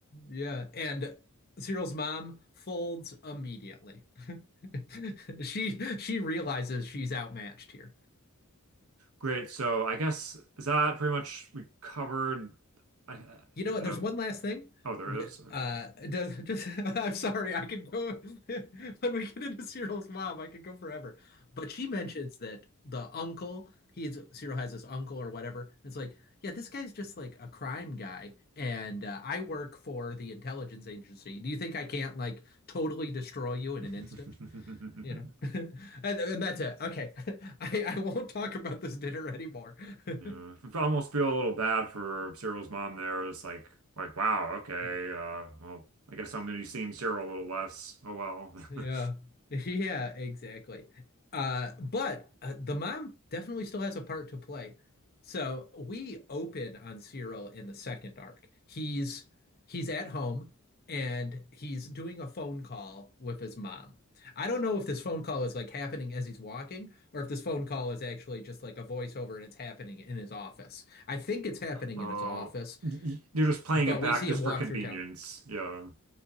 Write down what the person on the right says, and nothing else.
Great. So I guess is that pretty much we covered I, uh,
the
oh there
is.
<laughs>
Yeah,
I almost feel a little bad for Cyril's mom there. It's like, like, wow, okay.
Uh, well, I guess I'm gonna be seeing Cyril a little less. Oh well.
<laughs>
Oh,
y- y- you're just playing
it back
just
for convenience.
Yeah,